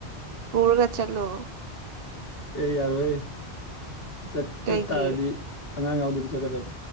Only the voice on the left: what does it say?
ꯑꯦ ꯌꯥꯔꯣꯏꯍꯦ ꯆꯠ ꯆꯠꯇꯥꯥꯔꯗꯤ
ꯑꯉꯥꯡ ꯌꯥꯎꯗꯕꯤ ꯆꯠꯀꯗꯕ